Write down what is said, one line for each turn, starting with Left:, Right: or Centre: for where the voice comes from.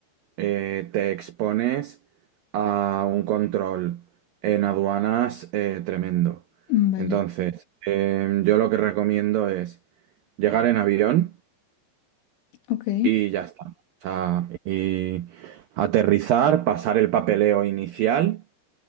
Right: eh, te expones a un control en aduanas eh, tremendo.
Left: Mm, Vale,
Right: Entonces, eh, yo lo que recomiendo es llegar en avión
Left: ok.
Right: y ya está. O sea, y aterrizar, pasar el papeleo inicial